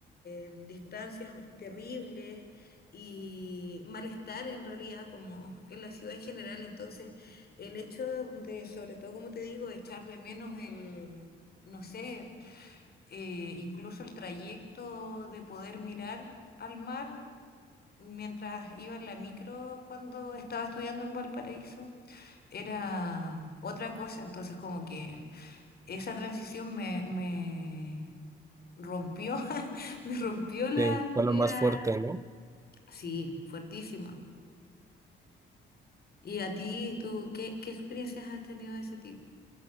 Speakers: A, on the left (about 50°); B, on the right (about 15°).
A: eh, distancias terribles y malestar en realidad, como en la ciudad en general, entonces... El hecho de, sobre todo, como te digo, echar de menos el, no sé, eh, incluso el trayecto de poder mirar al mar mientras iba en la micro cuando estaba estudiando en Valparaíso, era otra cosa. Entonces, como que esa transición me, me rompió, <laughs> me rompió la,
B: Sí,
A: la...
B: fue la más fuerte, ¿no?
A: Sí, fuertísima. ¿Y a ti, tú, qué, qué experiencias has tenido de ese tipo?